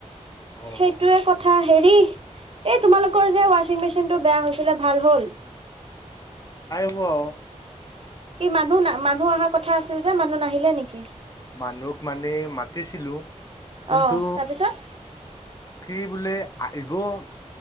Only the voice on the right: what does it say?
সেইটোয়ে কথা হেৰি এই তোমালোকৰ যে ৱাশচিং মেচিন টো বেয়া হৈছিলে ভাল হ'ল
কি মানুহ মানুহ অহা কথা আছিল যে মানুহ নাহিলে নেকি
অ তাৰপিছত